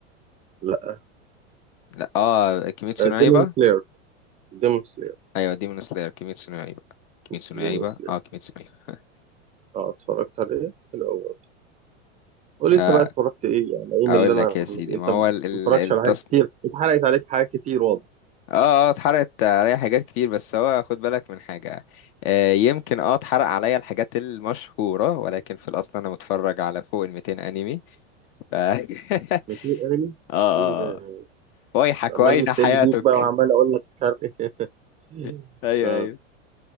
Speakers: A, on the right (about 20°); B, on the left (about 50°).
A: لا
B: لا اه كيميتسو نو يايبا
A: ديمون سلاير ديمون سلاير
B: ايوه ديمون سلاير كيميتسو نو يايبا كيميتسو
A: ديمون
B: نو يايبا
A: سلاير
B: اه كيميتسو نو يايبا
A: اه اتفرجت عليه حلو قوي قول
B: <laughs>
A: لي انت بقى اتفرجت ايه يعني ايه
B: اقول
A: من اللي انا
B: لك يا سيدي
A: من... انت
B: ما هو
A: ما
B: ال- ال-
A: اتفرجتش
B: التص
A: على حاجات كتير اتحرقت عليك حاجات كتير واضح
B: اه اه اتحرقت عليا حاجات كتير بس هو خد بالك من حاجة آه يمكن اه اتحرق عليا الحاجات المشهورة ولكن في الأصل أنا متفرج على فوق ال 200 أنمي ف... <laughs> اه
A: كتير انمي
B: اه
A: ايه ده
B: ويحك
A: عمال
B: وأين
A: مستقل
B: حياتك
A: بيك بقى وعمال اقول لك مش عارف ايه <laughs>
B: <laughs> أيوه
A: آه.
B: أيوه